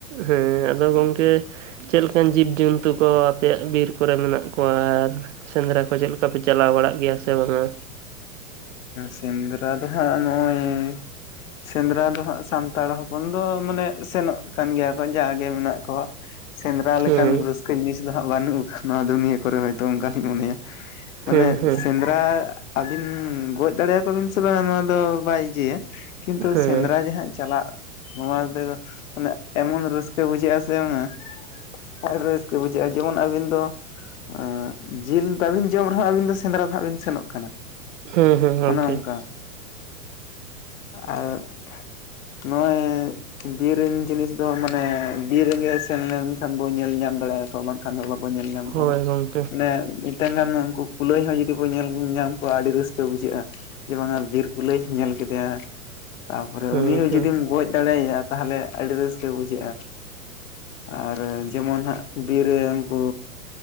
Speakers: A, on the right; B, on the left.
A: ᱦᱮᱸ ᱟᱫᱚ ᱜᱚᱝᱠᱮ ᱪᱮᱜ ᱞᱮᱠᱟᱱ ᱡᱤᱵᱽᱡᱚᱱᱛᱩ ᱠᱚ ᱟᱯᱮᱭᱟᱜ ᱵᱤᱨ ᱠᱚᱨᱮ ᱢᱮᱱᱟᱜ ᱠᱚᱣᱟ ᱟᱨ, ᱥᱮᱸᱫᱽᱨᱟ ᱠᱚ ᱪᱮᱜ ᱞᱮᱠᱟ ᱯᱮ ᱪᱟᱞᱟᱣ ᱵᱟᱲᱟᱜ ᱜᱮᱭᱟ ᱥᱮ ᱵᱟᱝᱼᱟ?
B: ᱥᱮᱸᱫᱽᱨᱟ ᱫᱚᱦᱟᱸᱜ ᱱᱚᱜᱼᱚᱭ ᱥᱮᱸᱫᱽᱨᱟ ᱫᱚ ᱦᱟᱸᱜ ᱥᱟᱱᱛᱟᱲ ᱦᱚᱯᱚᱱ ᱫᱚ ᱢᱟᱱᱮ ᱥᱮᱱᱚᱜ ᱠᱟᱱ ᱜᱮᱭᱟ ᱠᱚ ᱡᱟᱜᱮ ᱢᱮᱱᱟᱜ ᱠᱚᱣᱟ᱾ ᱥᱮᱸᱫᱽᱨᱟ
A: ᱦᱮᱸ
B: ᱞᱮᱠᱟᱱ ᱨᱟᱹᱥᱠᱟᱹ ᱡᱤᱱᱤᱥ ᱫᱚ ᱦᱟᱸᱜ ᱵᱟᱹᱱᱩᱜ ᱵᱟᱱᱩᱠ ᱱᱚᱣᱟ ᱫᱩᱱᱤᱭᱟᱹ ᱠᱚᱨᱮ ᱦᱚᱭᱛᱚ ᱚᱱᱠᱟᱞᱤᱧ ᱢᱚᱱᱮᱭᱟ ᱾ <inaudible> ᱢᱟᱱᱮ
A: ᱦᱮᱸ ᱦᱮᱸ
B: ᱥᱮᱸᱫᱽᱨᱟ, ᱵᱤᱱ ᱜᱚᱡ ᱫᱟᱲᱮᱭᱟᱠᱚ ᱵᱤᱱ ᱥᱮ ᱵᱟᱝ ᱱᱚᱣᱟ ᱫᱚ ᱵᱟᱭ ᱤᱡᱟᱹᱭᱟ ᱠᱤᱱᱛᱩ
A: ᱦᱮᱸ
B: ᱥᱮᱸᱫᱽᱨᱟ ᱡᱟᱦᱟᱸᱜ ᱪᱟᱞᱟᱜ ᱾ ᱱᱚᱣᱟ ᱛᱮᱫᱚ ᱢᱟᱱᱮ ᱮᱢᱚᱱ ᱨᱟᱹᱥᱠᱟᱹ ᱵᱩᱡᱷᱟᱹᱜ ᱟ ᱥᱮ ᱵᱟᱝᱼᱟ᱾ ᱟᱨ ᱨᱟᱹᱥᱠᱟᱹ ᱵᱩᱡᱷᱟᱹᱜᱼᱟ ᱡᱮᱢᱚᱱ ᱟᱹᱵᱤᱱ ᱫᱚ? ᱟᱸᱜ ᱡᱤᱞ ᱵᱟᱵᱤᱱ ᱡᱚᱢ ᱨᱮᱦᱚᱸ ᱟᱹᱵᱤᱱ ᱫᱚ ᱥᱮᱸᱫᱽᱨᱟ ᱫᱚᱦᱟᱸᱜ ᱵᱤᱱ ᱥᱮᱱᱚᱜ ᱠᱟᱱᱟ᱾
A: ᱦᱮᱸ ᱦᱮᱸ ᱜᱚᱝᱠᱮ
B: ᱚᱱᱮ ᱚᱱᱠᱟ <unintelligible> ᱱᱚᱼᱚᱭ ᱵᱤᱨ ᱨᱮᱱ ᱡᱤᱱᱤᱥ ᱫᱚ ᱢᱟᱱᱮ ᱵᱤᱨ ᱨᱮᱜᱮ ᱥᱮᱱ ᱞᱮᱱᱠᱷᱟᱱ ᱵᱚᱱ ᱧᱮᱞ ᱧᱟᱢ ᱫᱟᱲᱮᱭᱟᱜᱼᱟᱠᱚ ᱵᱟᱝ? ᱠᱷᱟᱱ ᱫᱚ ᱵᱟᱵᱚᱱ ᱧᱮᱞ ᱧᱟᱢ
A: ᱦᱳᱭ
B: ᱠᱚᱣᱟ ᱦᱟᱸᱜ
A: ᱜᱚᱝᱠᱮ
B: ᱢᱟᱱᱮ ᱢᱤᱼᱴᱟᱝ ᱜᱟᱱ ᱩᱱᱠᱩ ᱠᱩᱞᱟᱹᱭ ᱦᱚᱸ ᱡᱩᱫᱤ ᱵᱚᱱ ᱧᱮᱞ ᱧᱟᱢ ᱾ ᱠᱚᱣᱟ ᱟᱹᱰᱤ ᱨᱟᱹᱥᱠᱟᱹ ᱵᱩᱡᱷᱟᱹᱜᱼᱟ, ᱡᱮ ᱵᱟᱝᱼᱟ ᱵᱤᱨ ᱠᱩᱞᱟᱹᱭ ᱧᱮᱞ ᱠᱮᱫᱮᱭᱟ ᱾ ᱛᱟᱯᱚᱨᱮ
A: ᱦᱮᱸ
B: ᱩᱱᱤ ᱦᱚᱸ
A: ᱦᱮᱸ
B: ᱡᱩᱫᱤᱢ ᱜᱚᱡ ᱫᱟᱲᱮᱭᱟ ᱛᱟᱦᱟᱞᱮ ᱟᱹᱰᱤ ᱨᱟᱹᱥᱠᱟᱹ ᱵᱩᱡᱷᱟᱹᱜᱼᱟ᱾ ᱟᱨ ᱡᱮᱢᱚᱱ ᱦᱟᱸᱜ ᱵᱤ ᱨᱮᱢ ᱠᱩ